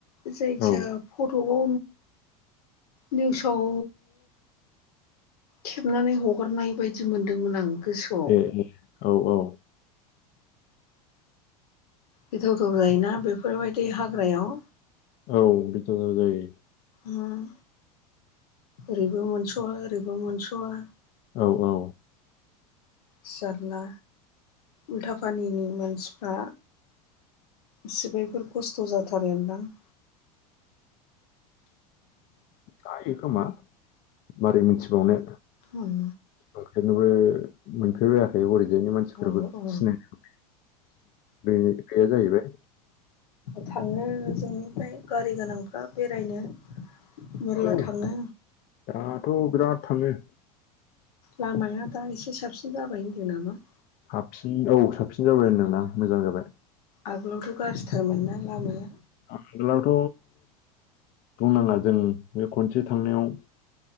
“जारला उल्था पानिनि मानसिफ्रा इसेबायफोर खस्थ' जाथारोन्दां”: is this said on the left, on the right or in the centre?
Left